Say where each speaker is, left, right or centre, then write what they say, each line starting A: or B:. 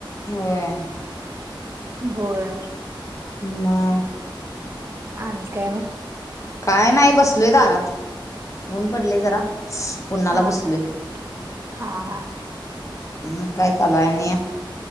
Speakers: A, on the left; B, on the right.
A: होय
B: होय
A: मग
B: आणि काय मग
A: काय नाही बसलोय दारात मऊन पडले जरा कोणाला
B: हा
A: बसलोय
B: हा हा हा
A: हम् काय चालूय आणि